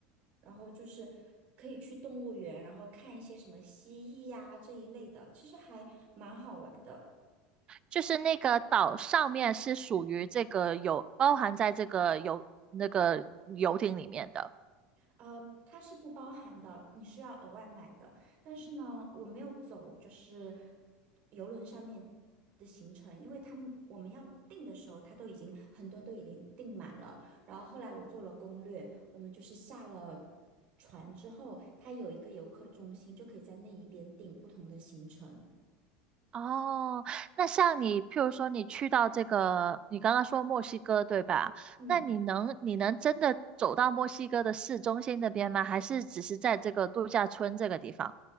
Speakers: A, on the right; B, on the right.
A: 然后就是可以去动物园，然后看一些什么蜥蜴呀、这一类的，其实还蛮好玩的。
B: 就是那个岛上面是属于这个有包含在这个游那个游艇里面的。
A: 呃，它是不包含的，你是要额外买的。但是呢，我没有走，就是游轮上面的行程，因为他们我们要订的时候，他都已经很多都已经订满了。然后后来我做了攻略，我们就是下了船之后，他有一个游客中心，就可以在那一边订不同的行程。
B: 哦，那像你，譬如说你去到这个，你刚刚说墨西哥对吧？
A: 嗯。
B: 那你能你能真的走到墨西哥的市中心那边吗？还是只是在这个度假村这个地方？